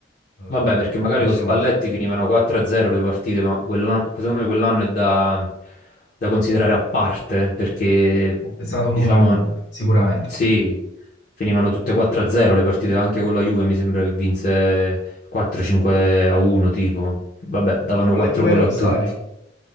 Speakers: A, on the left; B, on the left.
A: Eh, non
B: Vabbè, perché magari con
A: ci siamo
B: Spalletti
A: mai.
B: finivano 4-0 le partite, ma quell'anno, secondo me quell'anno è da, da considerare a parte, perché
A: È stato un
B: diciamo
A: unicum, sicuramente.
B: sì, finivano tutte 4-0 le partite, anche con la Juve mi sembra che vinse 4-5-1 tipo, vabbè, davano
A: Con
B: 4
A: la Juve
B: gol
A: era allo
B: a tutti.
A: stadio.